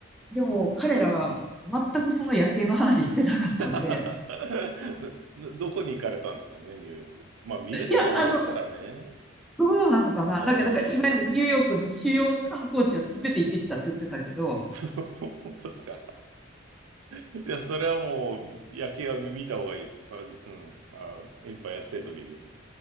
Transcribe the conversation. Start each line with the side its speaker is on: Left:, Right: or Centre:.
Centre: でも彼らは全くその夜景の話してなかったんで、
Right: <laughs> ななどこに行かれたんですかね、ニューヨーク。まあ、見るとこ多いからね。
Centre: いや、あの、どうなのかななんか、
Right: ああ、
Centre: だから、いわゆるニューヨークの主要観光地は全て行ってきたって言ってたけど、
Right: <laughs> 本当ですか。いや、それはもう、夜景は見た方がいいです。バジうん。あ、エンパイアステートビル。